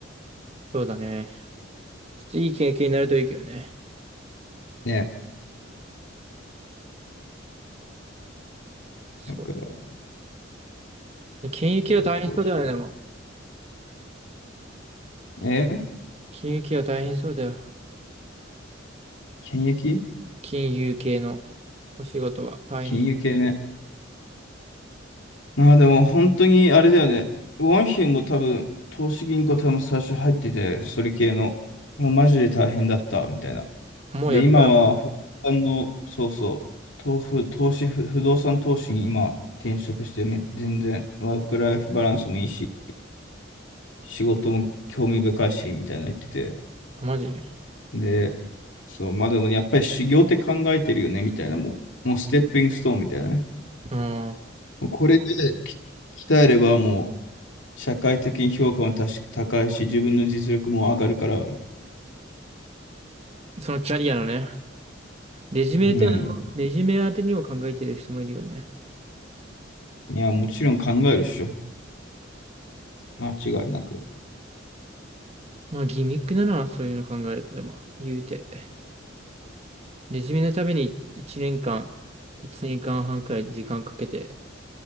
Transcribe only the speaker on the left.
ね。
だから、
そうそうそ
う。え
検疫
金融系ね。まあでも本当にあれだよね。ワンヒュも多分、投資銀行多分最初入ってて、それ系の、もうマジで大変だった、みたいな。
で、今は、不動産の、そうそう、投不投資、不不動産投資に今転職してめ、全然ワークライフバランスもいいし、仕事も興味深いし、みたいな言ってて。
で、そう、まあでもやっぱり修行って考えてるよね、みたいな、もう、もうステッピングストーンみたいなね。
もうこれでき鍛えればもう、社会的に評価も確か高いし、自分の実力も上がるから、
うん。
いや、もちろん考えるっしょ。間違いなく。